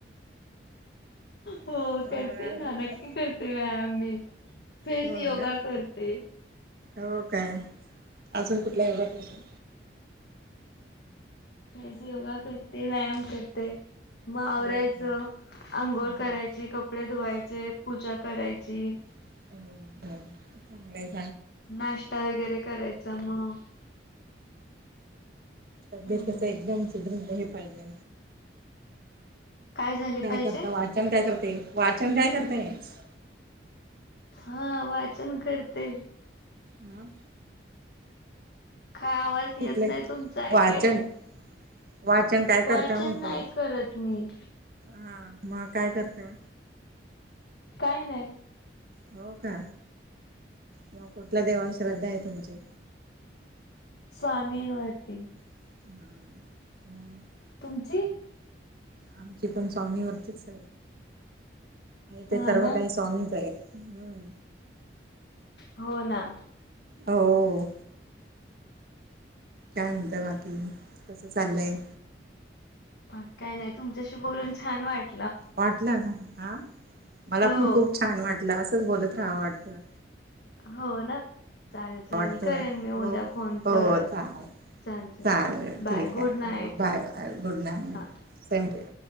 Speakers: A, on the left; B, on the right.
A: हो
B: अ
A: करते ना नक्की करते व्यायाम मी फेस
B: हो
A: योगा
B: ना
A: करते
B: हो काय अजून कुठल्या योगा करतो
A: फेस योगा करते व्यायाम करते मावरायचं
B: हो काय
A: आंघोळ
B: हो
A: करायची कप कपडे धुवायचे पूजा करायची
B: ह चांगलं
A: नाश्ता वगैरे करायचा मग
B: तब्येत
A: हम्म
B: अस एकदम सुधरलं हे पााहजे
A: झाले
B: काय
A: पाहिजे.
B: करता वाचन काय करते वाचन काय करते तेेस
A: हा वाचन करते
B: आमम
A: काय आवाज येत
B: कुठले
A: नाही तुमचा ऐकायला
B: वाचन वाचन काय
A: वाचन
B: करता म्हटलं?
A: नाही करत मी
B: हा मग काय करतेय
A: काय नाही
B: हो का म कुठला देवाण श्रद्धा आहे तुमची
A: स्वामींवरती
B: हम ह
A: तुमची
B: आमची पण स्वामीवरतीच
A: हा
B: तेे सर्व
A: ना
B: काही स्वामीच आहे हम्म.
A: हो ना
B: हो काय म्हणतं बाकी कस चाललंय
A: प काय नाही तुमच्याशी बोलून छान वाटत
B: वाटलं का हा मला
A: हो
B: पण खूप छान वाट असंच बोलत राहाव वाटतं
A: हो ना चाल चाल
B: वाटतं
A: करेन मी
B: हो
A: उद्या फोन
B: हो
A: परत
B: चालेल.
A: चाल चाल
B: चालेल ठीक
A: बाय
B: आहे
A: गुड night
B: bye bye good night
A: हा
B: सेम टू यू